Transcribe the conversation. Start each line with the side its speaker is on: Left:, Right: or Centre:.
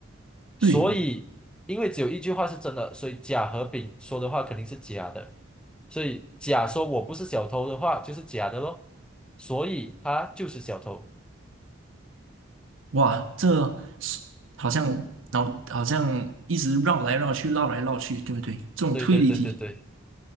Right: 对，
Centre: 所以，因为只有一句话是真的，所以甲和丙说的话肯定是假的。所以甲说我不是小偷的话就是假的咯，所以他就是小偷。
Right: 哇，这是好像脑好像一直绕来绕去，绕来绕去，对不对？这种推理题
Centre: 对对对对对，